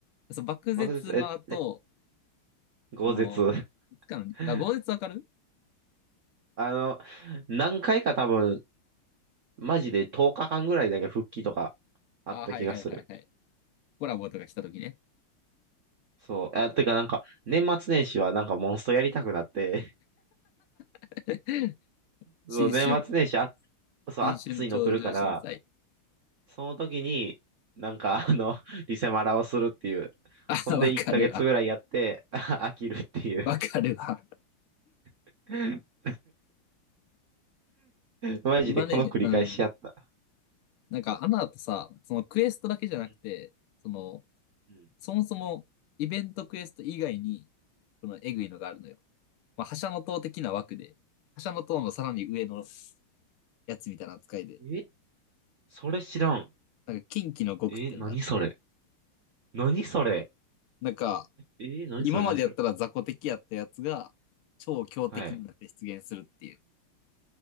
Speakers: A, on the left; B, on the right.
A: そう、爆絶の後、
B: 漠舌、え、え、豪舌。
A: この、いつかの、
B: <laughs>
A: あ、豪絶わかる
B: あの、何回か多分、マジで10日間ぐらいだけ復帰とかあった気がする。
A: あ、はいはいはいはい。コラボとか来た時ね。
B: そう。あ、てかなんか、年末年始はなんかモンストやりたくなって、
A: <laughs>
B: そう、
A: 新春、
B: 年末年始あ、そう、
A: 新春鳥獣震災。
B: 暑いの来るから、その時に、なんか、あの、<laughs> リセマラをするっていう。
A: あ、
B: ほんで、
A: わかるわ。
B: 1ヶ月ぐらいやって、<laughs> 飽きるっていう。
A: わかるわ。
B: <laughs> マジでこの繰り返しやった。
A: 今ね、うん。なんか、アナとさ、そのクエストだけじゃなくて、
B: うん
A: その、
B: うん
A: そもそもイベントクエスト以外に、このエグいのがあるのよ。まあ、覇者の塔的な枠で、覇者の塔のさらに上のやつみたいな扱いで、
B: えそれ知らん。
A: なんか、近畿の極っていうのがあって、
B: え、何それ何それ
A: なんか、
B: え、何それ何それ
A: 今までやったら雑魚敵やったやつが超強敵になって出現するっていう。
B: はい。